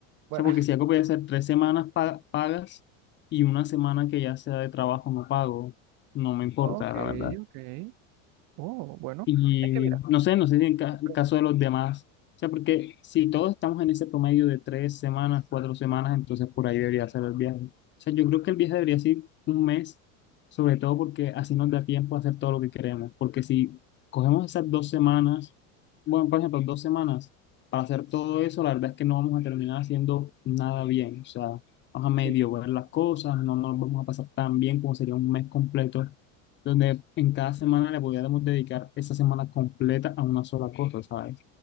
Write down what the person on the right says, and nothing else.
bueno,
<laughs> ok,
ok. Oh, bueno.
Es que mira,
te pre-
sí,